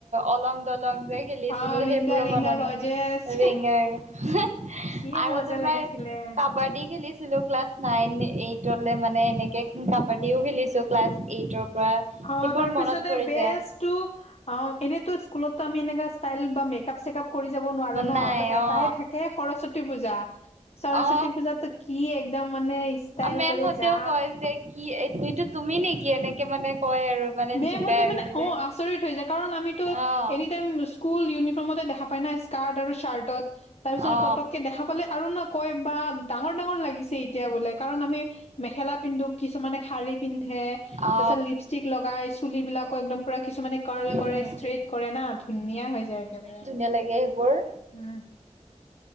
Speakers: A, on the right; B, on the left.
A: অলং দলং যে খেলিছিলো
B: অ'
A: সেই
B: ৰিংগা
A: মোৰো
B: ৰিংগা
A: মনত
B: ৰজেছ
A: নাই। ৰিঙা - ৰিঙা।
B: কি
A: আৰু
B: মজা
A: তোমাৰ
B: লাগিছিলে।
A: কাবাডী খেলিছিলোঁ ক্লাছ নাইন - এইট মানে এনেকে কাবাডীও খেলিছো ক্লাছ এইটৰ পৰা
B: অ
A: সেইবোৰ
B: তাৰপিছতে
A: মনত পৰি
B: বেজ
A: যায়
B: টো অ এনেতো স্কুলতো আমি এনে ষ্টাইল কাপ-চেকাপ কৰি যাব নোৱাৰোঁ ন'?
A: নাই
B: তো এটাই
A: অ
B: থাকে সৰস্বতী পূজা। সৰস্বতী
A: অ
B: পূজাটো কি একদম মানে ষ্টাইল
A: মেমহঁতেও
B: কৰি যা
A: কয় যে কি এইটো তুমি নেকি এনেকে মানে কয় আৰু মানে
B: মেমহঁতে
A: জোকাই আৰু
B: মানে
A: যে
B: অ' আচৰিত হৈ যায়, কাৰণ আমিতো
A: আহ
B: এনি টাইম স্কুল ইউনিফ্ৰমতে দেখা পাই না? স্কাৰ্ট আৰু শ্বাৰ্টত। তাৰ পিছত
A: অ
B: পতককে দেখা পালে। আৰু ন' কয়, বা ডাঙৰ - ডাঙৰ লাগিছে এতিয়া বোলে। কাৰণ আমি মেখেলা পিন্ধোঁ, কিছুমানে শাৰী পিন্ধ হে
A: অ
B: তাৰপিছত লিপষ্টিক লগাই চুলিবিলাকো একদম পোৰা কিছুমানে ক্ল
A: উম
B: কৰে ষ্ট্ৰেইট কৰে না ধুনীয়া হৈ যায় একেবাৰে
A: ভাল লাগে সেইবোৰ
B: উম